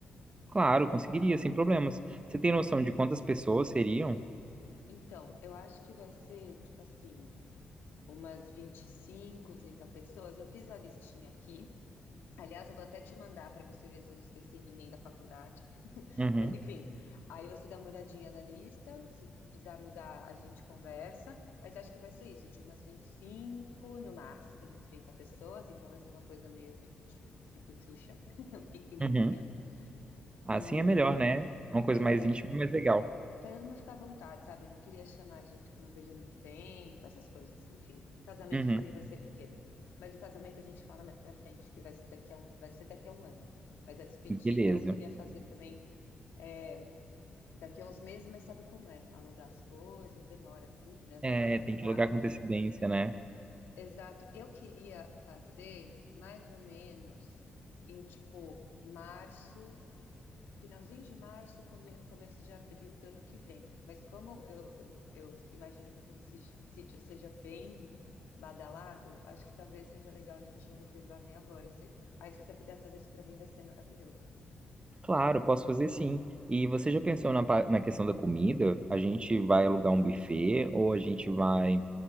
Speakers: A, on the right; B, on the left.
A: Claro, conseguiria, sem problemas. Você tem noção de quantas pessoas seriam?
B: Então, eu acho que vai ser, tipo assim, umas 25, 30 pessoas. Eu fiz a listinha aqui. Aliás, eu vou até te mandar para você ver se eu não esqueci ninguém da faculdade.
A: Uhum.
B: Mas enfim, aí você dá uma olhadinha na lista, se precisar mudar, a gente conversa, mas acho que vai ser isso, de umas 25 no máximo 30 pessoas, então vai ser uma coisa meio picuchu, picuchucha, <laughs> pequenininha.
A: Uhum. Assim
B: E
A: é melhor, né? Uma coisa
B: é,
A: mais íntima, mais legal.
B: para todo mundo ficar à vontade, sabe? Eu não queria chamar gente que eu não vejo há muito tempo, essas coisas. Enfim, casamento
A: Uhum.
B: também vai ser pequeno. Mas o casamento a gente fala mais pra frente, que vai ser daqui a um, vai ser daqui a um ano. Mas a despedida
A: Beleza.
B: eu queria fazer também é, Daqui a uns meses, mas sabe como é? Alugar as coisas, demora tudo, né? Vai
A: É,
B: que tá com
A: tem que
B: data.
A: alugar com antecedência, né?
B: Exato. Eu queria fazer mais ou menos em tipo março, finalzinho de março, come- começo de abril do ano que vem. Mas como eu, eu, eu imagino que aquele si- sítio seja bem badalado, acho que talvez seja legal a gente já reservar meio agora. Se- Aí, se você puder fazer isso para mim, vai ser maravilhoso.
A: Claro, posso fazer sim. E você já pensou na, pa- na questão da comida? A gente vai alugar um buffet ou a gente vai,